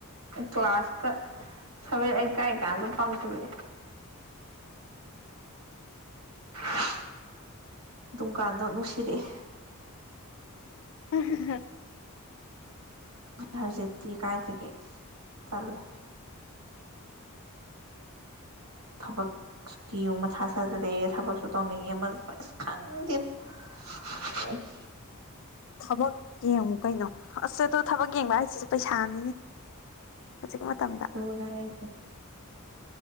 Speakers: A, on the right; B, on the left.
A: ꯀ꯭ꯂꯥꯁꯀ ꯁꯚꯦꯟ ꯑꯩꯠ ꯀꯥꯏ ꯀꯥꯟꯗ ꯄꯥꯝꯁꯤꯂꯛꯑꯦ <unintelligible> ꯑꯗꯨꯝꯀꯥꯟꯗꯣ ꯅꯨꯡꯁꯤꯔꯛꯑꯦ
B: <unintelligible>
A: ꯍꯧꯖꯤꯛꯇꯤ ꯀꯥꯏꯗꯒꯤ ꯇꯜꯂꯦ ꯊꯕꯛ ꯀꯤ ꯌꯨ ꯃꯊꯥ ꯁꯥꯖꯤꯂꯛꯑꯦ ꯊꯕꯛꯁꯨ ꯇꯧꯅꯤꯡꯉꯦ ꯑꯃꯁꯨ ꯑꯁ ꯈꯪꯗꯦꯗ <unintelligible>
B: ꯊꯕꯛ ꯌꯦꯡꯉꯨ ꯀꯩꯅꯣ ꯑꯁ ꯑꯗꯨ ꯊꯕꯛ ꯌꯦꯡꯕ ꯍꯥꯏꯁꯤꯁꯨ ꯄꯩꯁꯥꯅꯤꯅꯦ ꯍꯧꯖꯤꯛ ꯃꯇꯝꯗ
A: ꯗꯨꯅꯦ ꯍꯥꯏꯖꯦ